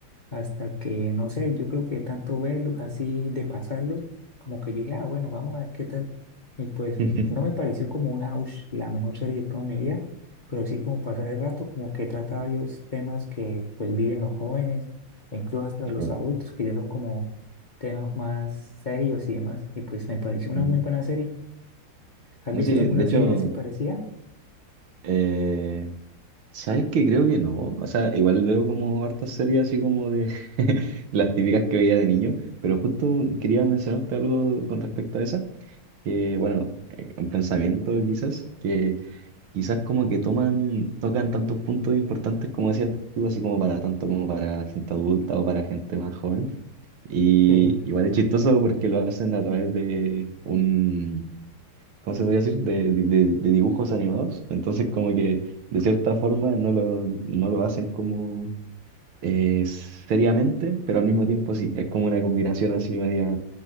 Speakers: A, on the left (about 30°); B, on the right (about 70°).
A: hasta que, no sé, yo creo que tanto verlos así de pasarlos, como que yo dije, ah, bueno, vamos a ver qué tal. Y pues
B: <laughs>
A: me- no me pareció como una, ush, la mejor serie de toda mi vida, pero sí como pasar el rato, como que trata varios temas que pues viven los jóvenes, e incluso hasta
B: Pero,
A: los adultos, que ya son como temas más serios y demás, y pues me pareció una
B: mm,
A: muy buena serie. ¿Has
B: no
A: visto
B: sé,
A: alguna
B: de hecho,
A: serie así parecida?
B: eh, ¿sabes qué? Creo que no. O sea, igual veo como hartas series así como de <laughs> las típicas que veía de niño, pero justo quería mencionarte algo con respecto a esa, que bueno, eh, un pensamiento quizás, que quizás como que toman, tocan tantos puntos importantes como decías tú, así como para tanto como para gente adulta o para gente más joven. Y
A: Sí.
B: igual es chistoso porque lo hacen a través de un, ¿cómo se podría decir? De, de- de- de dibujos animados. Entonces como que de cierta forma no lo, no lo hacen como eh, seriamente, pero al mismo tiempo sí, es como una combinación así media,